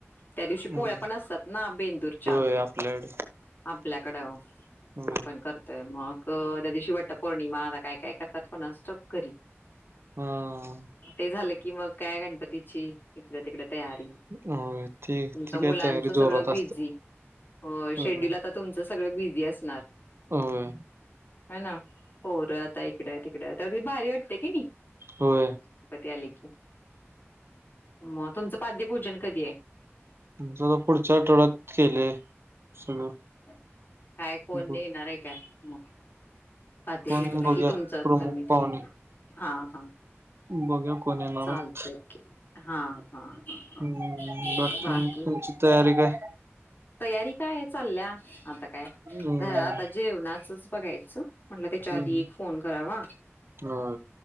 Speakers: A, on the left; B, on the right.
A: त्या दिवशी
B: हम्म
A: पोळ्या पण असतात ना, बेंदूरच्या
B: होय आपल्याकडे
A: आपल्याकडं
B: होय
A: आपण करतोय मग. त्या दिवशीवट्ट पौर्णिमा, आता काय? काय? करतात पण स्टप घरी.
B: हा
A: ते झालं की मग काय गणपती इकडे तिकडे तयारी
B: होय. ती
A: तुमच
B: ती
A: मुलांच
B: काय तयारी
A: सगळ
B: जोरात
A: बिझी.
B: असते.
A: हो शेड्युल्ड
B: होय.
A: आता तुमचचं. सगळ बिझी असणार त
B: होय
A: ह ना होरं आता इकड तिकड तरी भारी वाटते की नाही?
B: होय
A: ते आले की, मग तुमचं पाद्यपूजन कधी आहे.
B: तुमच पुढच्या आठवड्यात केलेय सगळं.
A: काय? कोण
B: ब
A: नेणारे का? काय मक बाध्यला
B: कोण बघूया
A: कि तुमचं
B: प्रमुख
A: मी
B: पाहुणे.
A: ते हा हा
B: बघूया कोण येणार
A: चालत
B: आहेत.
A: की हा हा हा हा
B: हम्म.
A: बाकी.
B: मग तुमची तयारी काय?
A: तयारी काय चालल्या आता. का
B: हम्म.
A: घर आता जेवणाचचं बघायचं स म्हटलं त्याच्या
B: हम्म.
A: आधी एक फोन करावा.
B: होय.